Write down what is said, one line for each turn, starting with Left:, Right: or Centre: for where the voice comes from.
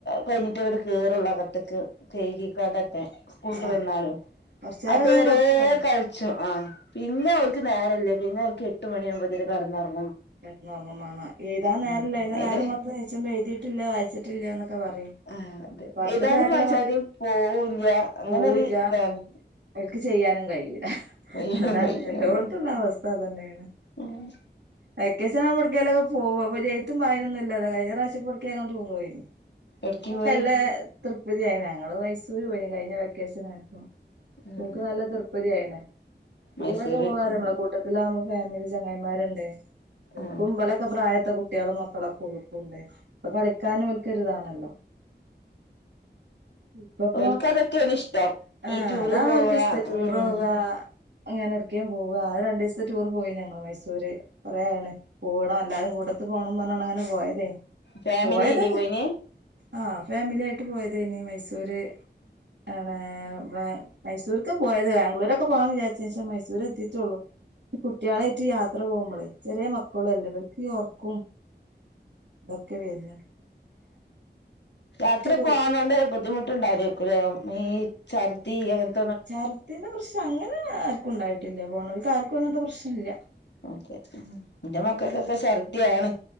Left: കയ്ഞ്ഞിട്ട്
Right: ആഹ്
Left: ഇങ്ങടെ കേറുള്ളു അകത്തക്ക് ചെയ്കിക്കണ്ടക്കെ
Right: അതന്നെ
Left: സ്കൂളട്ട്
Right: ആഹ്
Left: വന്നാണ്ടൊക്കെ
Right: കൊറച്ചേരൊക്കെ
Left: അതുവരെ
Right: ഒന്ന് പുറത്ത് കളി
Left: കളിച്ചു ആ പിന്നെ, ഓൽക്ക്, നേരല്ല, പിന്നെ, ഓർക്ക്, എട്ട്, മണിയാവുമ്പോത്തിന്, കടന്നൊറങ്ങ
Right: കെട്ടന്നറങ്ങും, വേണോ, എഴുാൻ നേരല്ല,
Left: ഉം
Right: അയ്ൻ,
Left: അയില്
Right: നേരം, മ നച്ച്പ, എയ്തിട്ടില്ല, വായിച്ചിട്ടില്ലന്നൊക്കെ, പറയും
Left: ആഹ് അതെ
Right: പറടെ,
Left: ഏതാനും
Right: കാര്യല്ല,
Left: വായിച്ചാനും
Right: മക്ക്,
Left: പോവൂല്ല അങ്ങനൊരു
Right: പോവില്ല,
Left: ഇതാണ്
Right: ഒൽക്ക്, ചെയ്യാന നും, കയ്യൂല,
Left: കയ്യും
Right: അതാണ്,
Left: കയ്യണതാണ്
Right: എല്ലാടത്തും, ള്ള, അവസ്ഥ, തന്നെണ്
Left: ഉം
Right: വെക്കശൻ, എവിടക്കലൊക്കെ, പോകും അപ്പ ത്തുംയൊന്ന, ഇല്ലെ കഴഞ്ഞാവശ്യ, പെട്ക്ക, ഞങ്ങൾ ടൂർ, പോയി
Left: എടക്ക്
Right: അപ്പൊ,
Left: പോയി
Right: തൃപതിയയി, ഞങ്ങള്, മൈസൂര്, പോയി കഴിഞ്ഞ, വെക്കേഷൻ, ആയിപ്പോ
Left: ഉം
Right: നോക്ക്, നല്ല, തിർപ്പതിയായീന് ടൂറൊക്കെ,
Left: മൈസൂര്
Right: പോകറമ്പളെ,
Left: ഉം
Right: കൂട്ടത്തില, ആകുമ്പോ ഫാമിലി, ചങ്ങായിമാരുണ്ട്, ഓൽക്കും,
Left: ആഹ്
Right: മ്പലൊക്കെ, പ്രായത്തെ, കുട്ടികളും മക്കളൊക്കെ, ഓൽക്കുംണ്ട് അപ്പൊ, കളിക്കാനോൽക്കരുതാണല്ലോ ഇപ്പപ്പ,
Left: ഓൽക്ക് അതൊക്കെയാണ് ഇഷ്ടം
Right: ആ,
Left: ഈ ടൂറ്
Right: അതാണ്,
Left: പോവ
Right: ഓൽക്ക്, ഇഷ്ട, ടൂറോവാ
Left: ഉം
Right: അങ്ങനെ, എടക്കേയും, പോവ, അ രണ്ടു, സത്തെ ടൂർ, പോയി, ഞങ്ങള്, മൈസൂര് കുറേയാണ്, പോണം, എല്ലാരും, കൂടെത്തി പോണം, പറഞ്ഞാണ്, ങ്ങനെ, പോയതേ,
Left: ഫാമിലി
Right: പോയതൊക്കെ
Left: ഇനി പോയിന്
Right: ആഹ, ഫാമിലി ആായിട്ട്, പോയത്, ഇനി മൈസൂര്, ആണ ബ്ല, മൈസൂർക്, പോയത്, ബാംഗ്ലൂരൊക്കെ, പോകന്ന്, വിചാച്ച, ശേഷം, മൈസൂര്, എത്തിട്ടുള്ളൂ കുട്ടികളായിട്ട് യാത്ര പോകുമ്പോളെ ചെറിയ മക്കള അല്ലേ അവർക്ക് ഉറക്കും <unintelligible> വേദന
Left: യാത്ര
Right: പോ
Left: പോകാനണ്ട് ബുദ്ധിമുട്ട് ണ്ടാവ ഈ ഛർദി അങ്ങന
Right: <unintelligible> പ്രശ്നം അങ്ങനെ ആർക്കും ഉണ്ടായിട്ടില്ല പോണവക്ക് ആർക്കും അങ്ങനത്തെ പ്രശ്നമ ഇല്ല
Left: <unintelligible> എന്റെ മക്കൾക്കൊക്കെ ഛർദാണ്